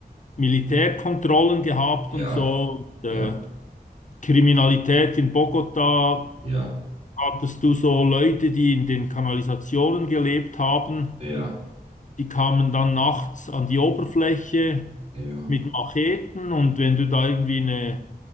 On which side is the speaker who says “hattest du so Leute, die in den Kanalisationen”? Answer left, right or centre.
Left